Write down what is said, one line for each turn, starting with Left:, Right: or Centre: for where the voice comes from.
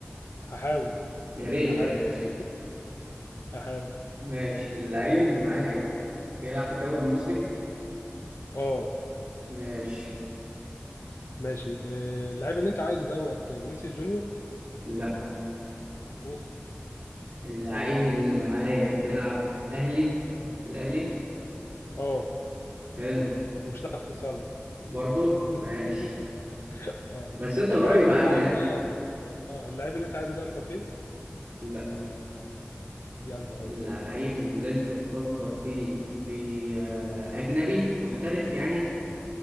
Left: هحاول
Right: يا ريت
Left: هحاول
Right: يعني
Left: <laughs> هحاول
Right: ماشي اللعيب اللي معايا بيلعب في الدوري المصري
Left: اه
Right: ماشي
Left: ماشي آه، اللاعب اللي انت عايزه دوت فينيسيوس جونيور
Right: لا
Left: اوف
Right: اللعيب
Left: اوف
Right: اللي معايا بيلعب أهلي في الأهلي
Left: اه
Right: حلو
Left: ومش هتعرف توصل له
Right: برضه
Left: <laughs>
Right: ماشي
Left: اه
Right: بس أنت
Left: اللعيب
Right: قريب
Left: اللي
Right: عني
Left: انت عاوزه
Right: يعني
Left: ده اه اللعيب اللي انت عايزه ده مبابي
Right: لا
Left: يا نهار
Right: اللعيب
Left: ابيض
Right: اللي أنت بتفكر فيه بي آه، أجنبي محترف يعني